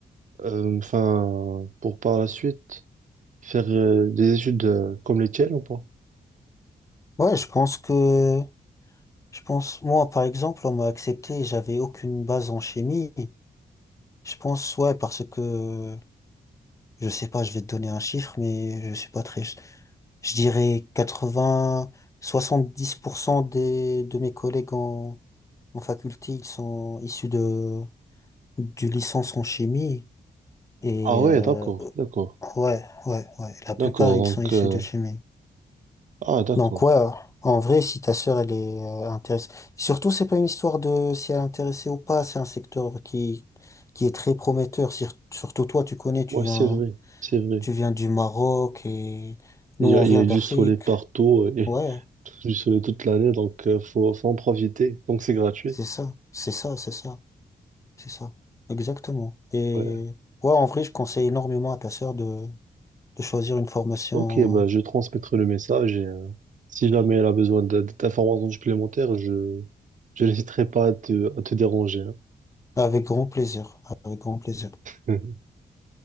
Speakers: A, on the right (about 50°); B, on the left (about 20°).
A: euh, enfin, pour par la suite faire euh, des études euh, comme les tiennes ou pas?
B: Ouais, je pense que je pense moi par exemple on m'a accepté, j'avais aucune base en chimie. Je pense ouais parce que je sais pas, je vais te donner un chiffre, mais je suis pas très Je dirais 80, 70% des, de mes collègues en, en faculté, ils sont issus de, du licence en chimie. Et
A: Ah ouais,
B: euh,
A: d'accord, d'accord,
B: ouais, ouais, ouais, la plupart,
A: d'accord.
B: ils sont
A: Donc,
B: issus
A: euh,
B: de chimie.
A: ah d'accord.
B: Donc ouais, en vrai, si ta sœur, elle est euh, intéressée. Surtout, c'est pas une histoire de si elle est intéressée ou pas, c'est un secteur qui, qui est très prometteur. Sur- Surtout toi, tu connais, tu
A: Ouais,
B: viens,
A: c'est vrai, c'est vrai.
B: tu viens du Maroc et nous,
A: Il y
B: on
A: a,
B: vient
A: il y a du
B: d'Afrique.
A: soleil partout euh, et
B: Ouais.
A: <laughs> du soleil toute l'année, donc euh, faut, faut en profiter. Donc c'est gratuit.
B: C'est ça, c'est ça, c'est ça, c'est ça. Exactement. Et
A: Ouais.
B: ouais, en vrai, je conseille énormément à ta sœur de, de choisir une formation
A: Ok, bah, je transmettrai le message et euh, si jamais elle a besoin d- d'informations supplémentaires, je je n'hésiterai pas à te, à te déranger.
B: avec grand plaisir. Avec grand plaisir.
A: hein. <laughs>